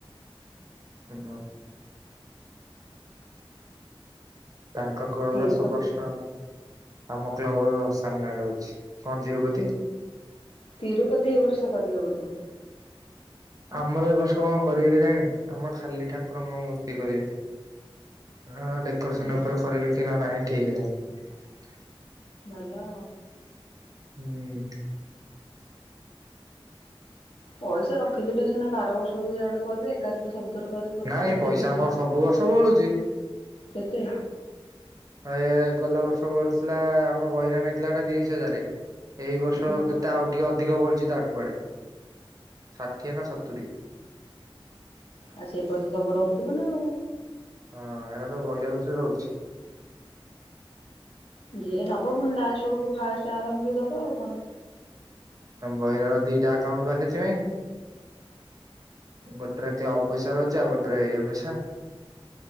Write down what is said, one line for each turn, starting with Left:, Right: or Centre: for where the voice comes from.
Right: ସେ <inaudible> ତାଙ୍କ କ୍ଲବ
Left: ତିରୁପତି
Right: ର ସବୁ ବର୍ଷ ଆମ କ୍ଲବ ସାମ୍ନାରେ ହଉଛି କଣ ତିରୁପତି
Left: ତିରୁପତି ଏ ବର୍ଷ କରିବ ବୋଧେ।
Right: ଆମର ଏବ ବର୍ଷ କଣ କରିବେ କେଜାଣି ଆମର ଖାଲି ଠାକୁରଙ୍କ ମୂର୍ତ୍ତି କରିବେ। ହଁ ଡେକୋରେସନ
Left: ଭଲ
Right: ଉପରେ କରିବେ କି ନା ନାଇଁ ଠିକ ନାହିଁ।
Left: ଭଲ
Right: ହୁଁ
Left: ପଇସା ରଖିଥିଲେ ସିନା ଆର ବର୍ଷକୁ ଯାହା କରିବେ ଏକାଥରେ ସବୁ ଏଥର ଯଦି ଖର୍ଚ୍ଚ
Right: ନାଇଁ
Left: କରିଦେବେ
Right: ପଇସା
Left: କୁହଁ
Right: ଆମର ସବୁ ବର୍ଷ ବଳୁଛି
Left: କେତେ
Right: ଏ ଗଲା ବର୍ଷ ବଳିଥିଲା ଆମ ବହି ନେଇଥିଲା ତିରିଶ ହଜାରରେ ଏଇ ବର୍ଷ
Left: ହୁଁ
Right: କେତେ ଆଉ ଟିକେ ଅଧିକ ବଳିଛି ତାଠୁ ଷାଠିଏ ନା ସତୁରି।
Left: ଆଉ ସେଇ ପଇସା ସବୁ ରହୁଥିବ ନା ଆଉ
Right: ହଁ ଏରା ସବୁ ବହିରେ ରହୁଛି।
Left: ଯିଏ ନବ ପୁଣି ଲାଷ୍ଟ ବେଳକୁ ଫାଷ୍ଟ ଆରମ୍ଭ ରୁ ଦବ ଆଉ କଣ।
Right: ବହିର ର ଦିଟା ଆକାଉଣ୍ଟରୁ ସେଥିପାଇଁ। ଗୋଟେରେ କ୍ଲବ ପଇସା ରହୁଛି ଆଉ ଗୋଟେରେ ଇଏ ପଇସା।